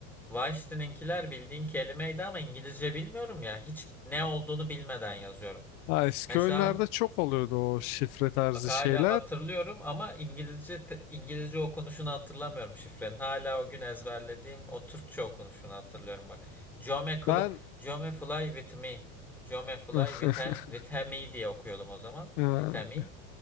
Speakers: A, in the centre; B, on the left (about 70°).
A: Vice City'ninkiler bildiğin kelimeydi ama İngilizce bilmiyorum ya. Hiç ne olduğunu bilmeden yazıyorum.
B: Ha, eski
A: Mesela
B: oyunlarda çok oluyordu o şifre tarzı
A: Bak hala
B: şeyler.
A: hatırlıyorum ama İngilizce te- İngilizce okunuşunu hatırlamıyorum şifrenin. Hala o gün ezberlediğim o Türkçe okunuşunu hatırlıyorum bak. Jome, Cl-
B: Ben
A: Jome fly with me. Jome fly
B: <laughs>
A: with, he- with he me diye okuyordum o zaman.
B: Ha,
A: With he me.